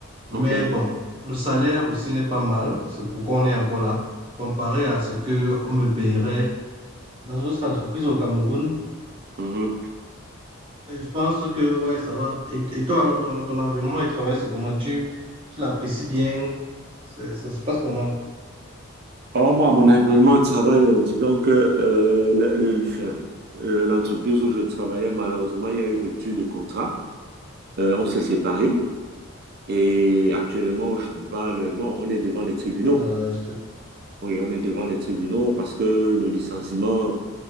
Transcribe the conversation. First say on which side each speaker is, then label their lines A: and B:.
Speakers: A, on the right; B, on the right.
A: ok.
B: Mais bon, le salaire aussi n'est pas mal, c'est pourquoi on est encore là, comparé à ce que on me payerait dans une autre entreprise au Cameroun.
A: Mhm.
B: Et je pense que ouais, ça va. Et, et toi, alors, ton, ton environnement de travail, c'est comment tu, tu l'apprécies bien? C'est- Ça se passe comment?
A: Or, moi, mon environnement de travail, euh, disons que euh, le- le- le- enfin, euh, l'entreprise où je travaillais, malheureusement, il y a eu rupture de contrat. Euh, on s'est séparés et actuellement, je te parle, bon, on est devant les tribunaux.
B: Euh, je te...
A: Oui, on est devant les tribunaux parce que le licenciement,